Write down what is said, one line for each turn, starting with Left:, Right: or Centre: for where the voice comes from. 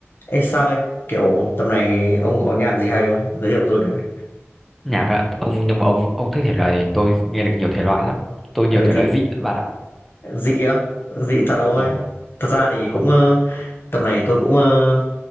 Left: Ê Sang ấy kiểu tầm này ông có nhạc gì hay không? Giới thiệu tôi cái.
Centre: nhạc ạ ông nhưng mà ông ông thích thể loại này tôi nghe được nhiều thể loại lắm tôi
Left: Ừ
Centre: nhiều thể
Left: thì
Centre: loại dị lắm bạn ạ
Left: dị á, dị thật ông ơi.
Centre: ừ.
Left: Thật ra thì
Centre: Còn
Left: cũng ờ, tầm này tôi cũng ờ,